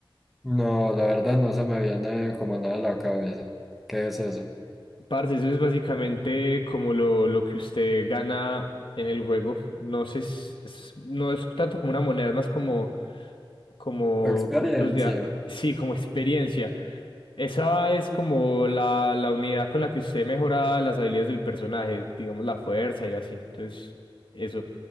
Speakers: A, in the centre; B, on the left.
A: No, la verdad no se me viene como nada a la cabeza. ¿Qué es eso?
B: Parce, eso es básicamente como lo, lo que usted gana en el juego. No sé, s- s- no es tanto como una moneda, es más como, como
A: Experiencia.
B: puntos de... a- Sí, como experiencia. Esa es como la, la unidad con la que usted mejora las habilidades del personaje, digamos la fuerza y así. Entonces, eso.